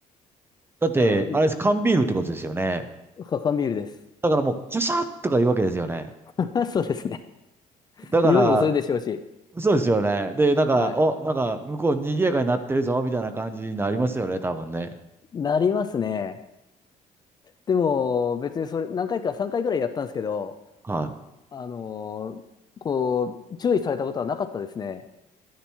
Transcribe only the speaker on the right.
だって、
あれです、缶ビールってことですよね。
だからもう、シャシャッとか言うわけですよね。
だから、
そうですよね。で、なんか、
お、なんか、向こう賑やかになってるぞ、みたいな感じになりますよね、多分ね。
はい。